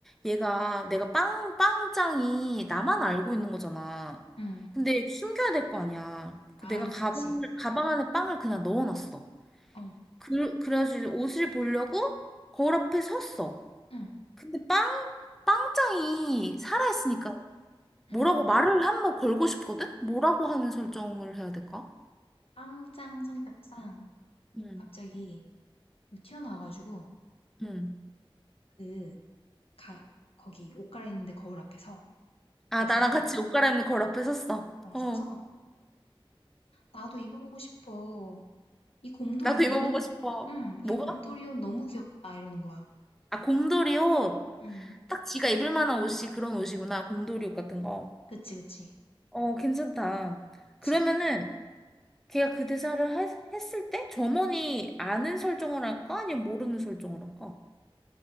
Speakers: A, in the centre; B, on the left.
A: 얘가 내가 빵, 빵장이 나만 알고 있는 거잖아.
B: 응,
A: 근데 숨겨야 될 거 아니야.
B: 아,
A: 그 내가 가방을,
B: 그치.
A: 가방 안에 빵을 그냥 넣어놨어.
B: 어.
A: 그, 그래가지고 이제 옷을 보려고 거울 앞에 섰어.
B: 응,
A: 근데 빵, 빵장이 살아있으니까 뭐라고
B: 응.
A: 말을 한번 걸고 싶거든? 뭐라고 하는 설정을 해야 될까?
B: 빵짱 성격상
A: 응,
B: 갑자기 튀어나와 가지고
A: 응.
B: 그 가, 거기 옷 갈아입는데 거울 앞에서
A: 아,
B: 그래서
A: 나랑 같이 옷 갈아입는 걸 앞에 섰어.
B: 어,
A: 어,
B: 서서 나도 입어보고 싶어. 이 곰돌이
A: 나도
B: 옷
A: 입어보고
B: 너무
A: 싶어.
B: 응, 이
A: 뭐가?
B: 곰돌이 옷 너무 귀엽다 이러는 거야.
A: 아, 곰돌이 옷.
B: 응,
A: 딱 지가 입을 만한 옷이 그런 옷이구나. 곰돌이 옷 같은 거.
B: 그치 그치
A: 어, 괜찮다.
B: 그치.
A: 그러면은 걔가 그 대사를 했, 했을 때 점원이 아는 설정을 할까? 아니면 모르는 설정을 할까?